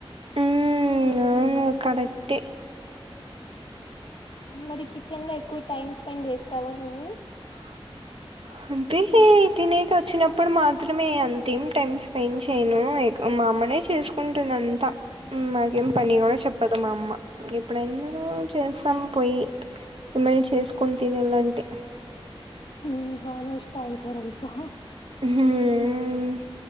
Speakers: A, on the right; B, on the left.
A: ఉమ్ అవును కరెక్టే
B: మరి కిచెన్ లో ఎక్కువ టైమ్ స్పెండ్ చేస్తావా నువ్వు
A: <inaudible> అంతే తినక వచ్చినప్పుడు మాత్రమే అంతేమ్ టైమ్ స్పెండ్ చేయ్యను మా అమ్మనే చేసుకుంటుంది అంతా మాకేం పని గూడా చెప్పదు మా అమ్మ ఎప్పుడైనా చేస్తాం పోయి ఎమ్మన్న చేసుకుని తినుఎలా అంటే
B: హ హా చాలా ఇష్టమ్ సార్ అనుకో
A: హు మ్